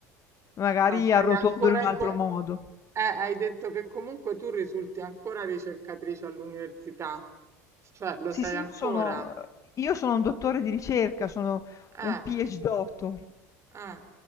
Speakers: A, on the left; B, on the right.
A: Magari
B: Ma sei
A: arrotondolo
B: ancora
A: in un
B: in...
A: altro
B: co-
A: modo.
B: eh, hai detto che comunque tu risulti ancora ricercatrice all'università, cioè lo
A: Sì,
B: sei
A: sì,
B: ancora?
A: io sono, io sono un dottore di ricerca, sono
B: Eh,
A: un PhD doctor
B: eh.